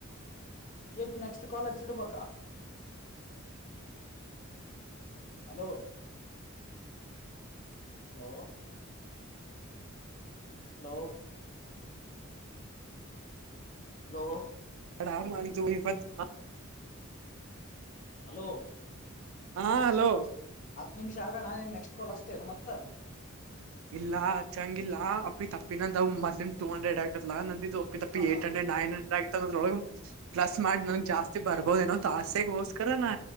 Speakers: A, on the left; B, on the right.
A: ಏನ್ ನೆಕ್ಸ್ಟ್ ಕಾಲ್ ಹಚ್ಚಿ ಇಡ್ಬೇಕಾ ಹಲೋ ಹಲೋ ಹಲೋ ಹಲೋ
B: ಆ ಮಾಡವ <unintelligible>
A: ಹಲೋ
B: ಹಾ ಹಲೋ
A: ಹತ್ ನಿಮಿಷ ಆಗ <unintelligible> ನೆಕ್ಸ್ಟ್ ಕಾಲ್ ಹಚ್ಟೇನ ಮತ್ತ
B: ಇಲ್ಲ ಹಚಂಗಿಲ್ಲಲ್ಲ ಅಪ್ಪಿ ತಪ್ಪಿನಂದ್ ಮೊದಲಿಂದು ಟೂ ಹಂಡ್ರೆಡ್ ಆಗ್ತ ನಂದಿದಪ್ಪಪ್ಪ
A: ಹಾ
B: ಏಟ್
A: ಹಾ
B: ಹಂಡ್ರೆಡ್
A: ಹಾ
B: ನೈನ್ ಹಂಡ್ರೆ ಆಗತ ಅದ್ರೊಳಗ ಪ್ಲಸ್ ಮಾಡ ನ ಜಾಸ್ತಿ ಬರ್ಬೋದೇನೋ ಆಸೆಗೋಸ್ಕರ ನಾ